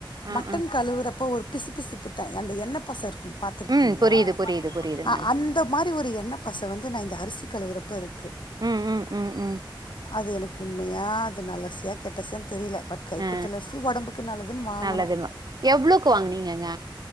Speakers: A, on the right; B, on the left.
A: ஆ
B: மட்டன்
A: ஆ
B: கழுவுறப்ப ஒரு பிசு பிசுப்புத்தன் அந்த என்ன பச இருக்கும் பாார்த்திருக்கீங்களா
A: ம் புரியுது புரியுது புரியுதுங்க
B: அ அந்த மாரி ஒரு எண்ணை பச வந்து நா இந்த அரிசிக் கழுவுறப்ப இருக்
A: ம் ம் ம் ம்
B: அது எனக்கு உண்மையாக அது நல்ல அரிசியா கெட்டசிய தெரியல பட் கை
A: ஆ
B: குத்தலசி உடம்புக்கு நல்லதுன்னு வாங்கணு
A: நல்லதுல்ல எவ்ளோக்கு வாங்குனீங்கங்க